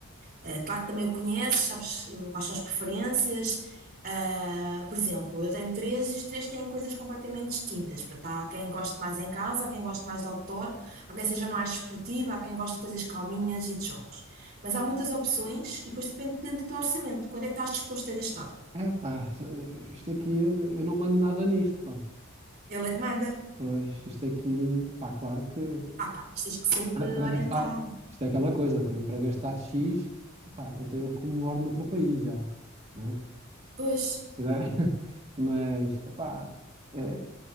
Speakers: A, on the right; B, on the right.
A: Eh, claro que também o conheces, sabes eh, quais são as preferências. Ah, por exemplo, eu tenho três e os três têm coisas completamente distintas. Portanto, há quem goste mais em casa, há quem goste mais de outdoor, há quem seja mais esportivo, há quem goste de coisas calminhas e de jogos. Mas há muitas opções e depois depende, depende do teu orçamento. Quando é que estás disposto a gastar?
B: É pá, isto aqui eu, eu não mando nada nisto, pá.
A: Ele é que manda.
B: Pois, isto aqui, pá, claro que
A: Ah, pá, mas tens que saber
B: para para gastar,
A: orientar.
B: isto é aquela coisa, também para gastar X, pá, então eu como moro noutro país já, não é?
A: Pois,
B: Já- <laughs> Mas, epá, eh,